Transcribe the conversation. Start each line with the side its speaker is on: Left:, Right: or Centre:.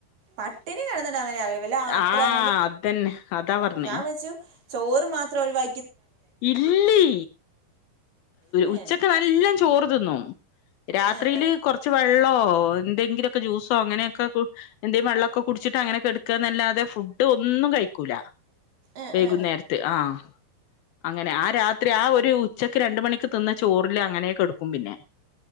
Right: പട്ടിണി കെട്ന്നിട്ട അങ്ങനെയാ വല്ല ആപ്പിള്
Left: ആഹ് അതന്നെ അതാ പറഞ്ഞേ
Right: ഞാൻ വെച്ചു ചോറ് മാത്രം ഒഴിവാ
Left: ഇല്ലീ
Right: ഏ
Left: ഉച്ചക്കെല്ലാ ചോറ് തിന്നും രാത്രിയില്
Right: ഏ ഏ
Left: കുറച്ച് വെള്ളോ എന്തെങ്കിലുംഒക്കെ ജ്യൂസോ അങ്ങനെയൊക്കെ എന്തെ വെള്ളക്കെ കുടിച്ച് ട്ട് അങ്ങനെകേട്ക്കാ എന്നല്ലാതെ ഫുഡ് ഒന്നും കഴിക്കൂല
Right: ഏ
Left: വൈകുന്നേരത്ത്
Right: ഏ
Left: ആഹ് അങ്ങനെ ആ രാത്രി ആ ഒരു ഉച്ചക്ക് രണ്ട് മണിക്ക് തിന്ന ചോറില് അങ്ങനെ കെടക്കും പിന്നെ